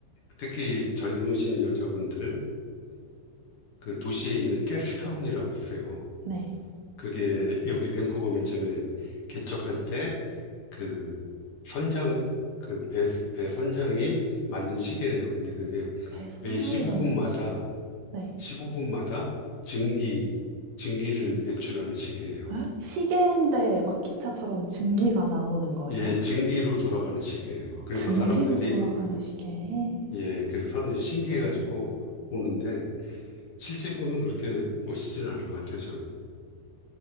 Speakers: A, on the left; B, on the right.
A: 특히 젊으신 여자분들은 그 도시에 있는 게스트타운이라고 있어요.
B: 네.
A: 그게 여기 밴쿠버 맨 처음에 개척할 때 그 선장 그 배 배 선장이 만든 시계래요. 근데 그게
B: 배선장이
A: 매 15분마다
B: 만든 시각. 네.
A: 15분마다 증기 증기를 배출하는 시계예요.
B: 에? 시계인데 막 기차처럼 증기가 나오는 거예요?
A: 예, 증기로 돌아가는 시계예요. 그래서
B: 증기로
A: 사람들이
B: 돌아가는 시계.
A: 예, 그래서 사람들이 신기해가지고 오는데 실제 보면 그렇게 멋있진 않은 것 같아요. 저는